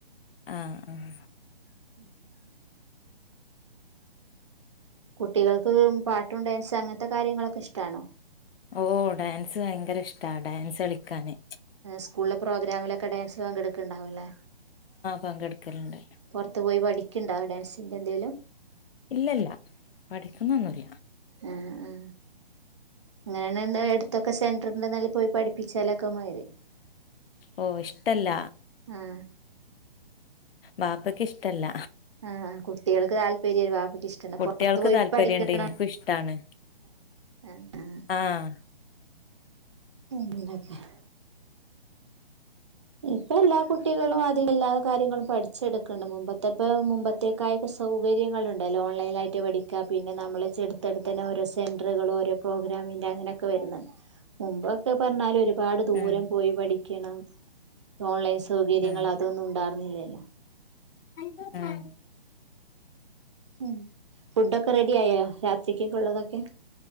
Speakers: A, on the left; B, on the right.
A: ആഹ ആഹ
B: ഉം കുട്ടികൾക്ക് പാട്ടും ഡാൻസ് അങ്ങനത്തെ കാര്യങ്ങളൊക്കെ ഇഷ്ടാണ്
A: ഓ ഡാൻസ് ഭയങ്കര ഇഷ്ടാ ഡാൻസ് കളിക്കാന്
B: സ്കൂളിലെ പ്രോഗ്രാമിലൊക്കെ ഡാൻസിന് പങ്കെടുക്ക്ണ്ടാവുല്ലേ
A: പങ്കെടുക്കല്ണ്ട്
B: പൊർത്ത് പോയി പഠിക്ക്ണ്ടോ ഡാൻസിന്റെ എന്തേലും
A: ഇല്ലല്ല പഠിക്കുന്നൊന്നുല്ല
B: ആ ആ അങ്ങനെന്താ ഇതൊക്കെ സെന്ററിണ്ടൽ പോയി പഠിപ്പിച്ചാലൊക്കെ മതി
A: ഓ ഇഷ്ടല്ല
B: ആഹ്
A: ബാപ്പക്ക് ഇഷ്ടല്ല
B: ആഹ കുട്ട്യേള് താല്പര്യ ആ കുട്ടിക്ക് ഇഷ്ടണ്ട്
A: കുട്ടികൾക്ക്
B: പൊറത്തു പോയി
A: താല്പര്യണ്ട്
B: പഠിക്കണ
A: എനിക്കും ഇഷ്ടാണ്
B: ആ ആ
A: ആഹ്
B: <unintelligible> ഇപ്പൊ എല്ലാ കുട്ടികളും അധിക എല്ലാ കാര്യങ്ങളും പഠിച്ചെടുക്കണ്ട് മുമ്പത്തെപ്പെഴും മുമ്പത്തേക്കായ സൗകര്യങ്ങളുണ്ടല്ലോ ഓൺലൈനായിട്ട് പഠിക്കാ പിന്നെ നമ്മൾ ചെടുത്തടുത്തന്നെ ഓരോ സെൻറുകളും ഓരോ പ്രോഗ്രാം <unintelligible> ങ്ങനെക്കെ വരുന്ന് മുമ്പൊക്കെ പറഞ്ഞാല് ഒരുപാട് ദൂരം
A: ഉം
B: പോയി പഠിക്കണം ഓൺലൈൻ സൗകര്യങ്ങലാതൊന്നും
A: ഉം
B: ഉണ്ടാർന്നില്ലല്ലോ
A: <unintelligible>
B: ഉം ഫുഡൊക്കെ റെഡിയായോ രാത്രിക്കൊക്കെള്ളതൊക്കെ